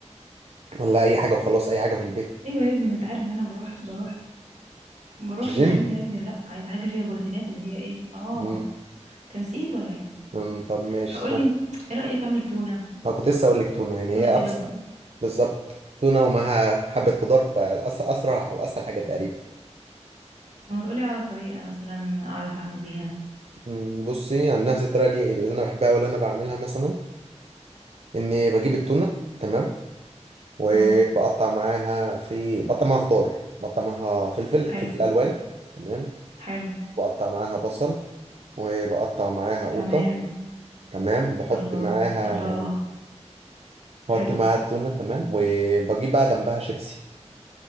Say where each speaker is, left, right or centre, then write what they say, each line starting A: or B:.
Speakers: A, on the right; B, on the right.
A: ولا اي حاجه وخلاص اي حاجه في البيت
B: ايوه يا ابني ما انت عارف ان انا بروح بروح بروح
A: جيم
B: الجيم يا ابني لا عايزه حاجه فيها بروتينات اللي هي ايه اه
A: امم
B: تنسيت ولا ايه
A: أمم، طب ماشي
B: فقول
A: لا
B: لي ايه رأيك اعمل تونة
A: انا كنت لسه اقول لك تونه يعني
B: تونة
A: هي
B: كده
A: ابسط
B: ب-
A: بالظبط تونه ومعاها حبه خضار تبقى أس- اسرع واسهل حاجه تقريبا
B: طب ما تقولي على طريقة مثلا اعرف اعمل بيها
A: مم، بصي عن نفس الطريقه دي اللي انا بحبها واللي انا بعملها مثلا اني بجيب التونه تمام وبقطع
B: اه
A: معاها في بقطع معاها خضار بقطع معاها فلفل
B: حلو
A: فلفل الوان تمام
B: حلو
A: بقطع معاها بصل وبقطع معاها قوطه
B: تمام
A: تمام بحط
B: الله
A: معاها
B: الله
A: ال... بحط
B: حلو
A: معاها التونه تمام وبجيب بقى جنبها شيبسي